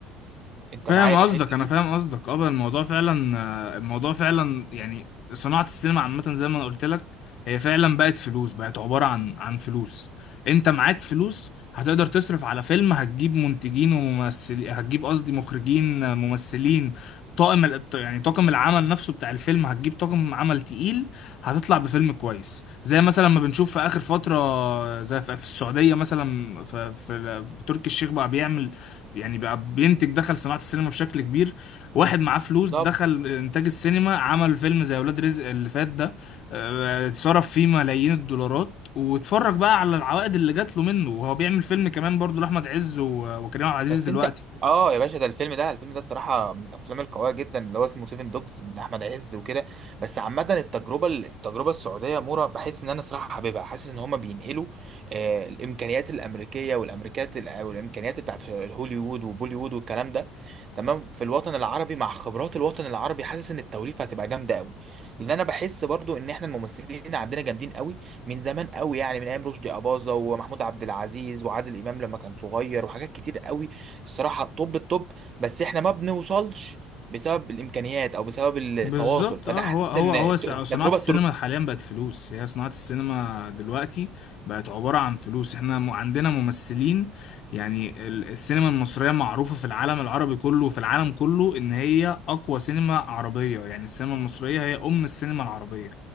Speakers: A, on the right; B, on the left.
A: انت
B: فاهم
A: معايا في
B: قصدك
A: الحته
B: انا فاهم قصدك اه بقى الموضوع فعلا آه، الموضوع فعلا يعني صناعة السينما عامة زي ما انا قلت لك هي فعلا بقت فلوس بقت عبارة عن عن فلوس انت معاك فلوس هتقدر تصرف على فيلم هتجيب منتجين وممثلين هتجيب قصدي مخرجين آه، ممثلين طاقم ال- يعني طاقم العمل نفسه بتاع الفيلم هتجيب طاقم عمل تقيل هتطلع بفيلم كويس زي مثلا ما بنشوف في اخر فترة آه، زي في في السعودية مثلا في, في تركي الشيخ بقى بيعمل يعني بقى بينتج دخل صناعة السينما بشكل كبير واحد معاه فلوس
A: دي
B: دخل إنتاج السينما عمل فيلم زي ولاد رزق اللي فات ده آه، صرف فيه ملايين الدولارات واتفرج بقى على العوائد اللي جات له منه وهو بيعمل فيلم كمان برضو لأحمد عز و- وكريم عبد العزيز
A: بس
B: دلوقتي
A: انت اه يا باشا ده الفيلم ده الفيلم ده الصراحه من الافلام القويه جدا اللي هو اسمه سيفن دوجز من احمد عز وكده بس عامه التجربه التجربه السعوديه مورا بحس ان انا صراحه حاببها حاسس ان هما بينقلوا آه الامكانيات الامريكيه والامريكات الأ- والامكانيات بتاعت هوليوود وبوليوود والكلام ده تمام في الوطن العربي مع خبرات الوطن العربي حاسس ان التوليفه هتبقى جامده قوي لان انا بحس برضو ان احنا الممثلين عندنا جامدين قوي من زمان قوي يعني من ايام رشدي اباظه ومحمود عبد العزيز وعادل امام لما كان صغير وحاجات كتير قوي الصراحه طب الطب بس احنا ما بنوصلش بسبب الامكانيات او بسبب التواصل
B: بالظبط
A: فانا
B: اه
A: حاسس
B: هو هو
A: ان
B: هو
A: التجربه
B: س- صناعة السينما حاليا بقت فلوس هي صناعة السينما دلوقتي بقت عبارة عن فلوس احنا م- عندنا ممثلين يعني ال- السينما المصرية معروفة في العالم العربي كله وفي العالم كله ان هي اقوى سينما عربية يعني السينما المصرية هي ام السينما العربية